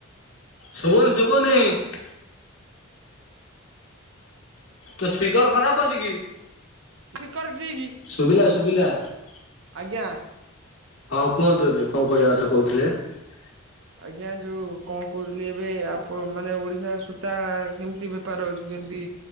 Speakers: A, on the left (about 70°); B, on the right (about 65°).
A: ଶୁଭୁନି ଶୁଭୁନି । ତ ସ୍ପିକର ଖରାପ ଅଛି କି?
B: ସ୍ପିକର ଠିକ୍
A: ଶୁଭିଲା ଶୁଭିଲା ହଁ
B: ଆଜ୍ଞା।
A: । କୁହନ୍ତୁ ଏବେ କଣ କହିବା କଥା କହୁଥିଲେ ।
B: ଆଜ୍ଞା ଯୋଉ କଣ କହୁଥିଲି ଏବେ ଆପଣ ମାନେ ଓଡ଼ିଶା ସୂତା କେମିତି ବେପାର ହେଉଚି ଯେମିତି